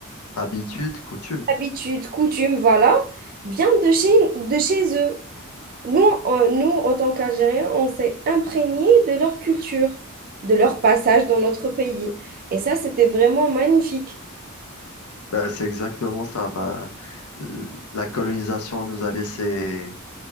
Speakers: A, on the left (about 80°); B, on the right (about 40°).
A: habitude, coutume.
B: habitudes, coutumes, voilà, viennent de chez, de chez eux. Nous, en- nous, en tant qu'Algériens, on s'est imprégnés de leur culture, de leur passage dans notre pays. Et ça, c'était vraiment magnifique.
A: Ben, c'est exactement ça. Ben, l- la colonisation nous a laissé